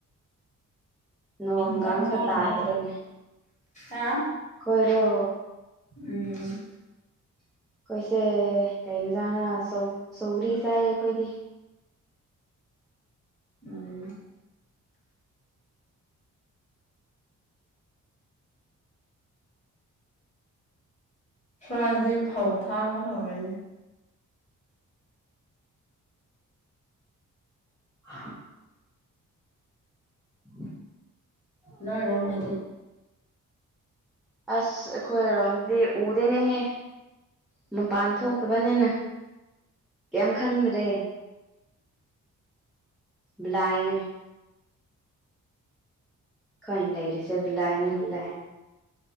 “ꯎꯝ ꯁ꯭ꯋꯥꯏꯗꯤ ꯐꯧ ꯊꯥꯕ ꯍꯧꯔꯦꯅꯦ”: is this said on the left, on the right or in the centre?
Left